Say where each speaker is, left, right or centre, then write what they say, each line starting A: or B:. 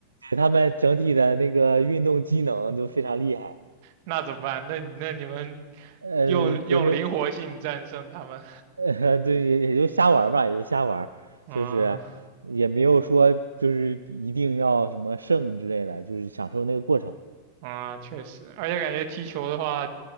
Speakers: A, on the right; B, on the right.
A: 对他们整体的那个运动机能都非常厉害。
B: 那怎么办？那那你们
A: 呃，
B: 用用灵活性战胜他们。
A: 不是，呃，对，也也就瞎玩吧，也就瞎玩就是也没有说就是一定要什么胜之类的，
B: 啊
A: 就是享受那个过程。
B: 啊，确实，而且感觉踢球的话，